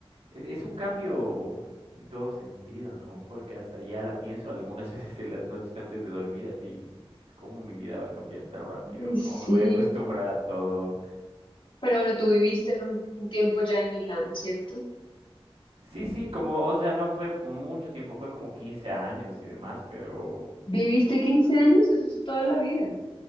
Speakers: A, on the right (about 80°); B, on the left (about 55°).
A: es, es un cambio en todo sentido, ¿no? Porque hasta ya la pienso algunas <laughs> veces en las noches antes de dormir, así, cómo mi vida va a cambiar tan rápido,
B: Ay, sí.
A: cómo me voy a acostumbrar a todo.
B: Pero bueno, tú viviste en un, un tiempo ya en Milán, ¿cierto?
A: Sí, sí, como, o sea, no fue mucho tiempo, fue como quince años y demás, pero
B: ¿Viviste 15 años? Eso es toda la vida.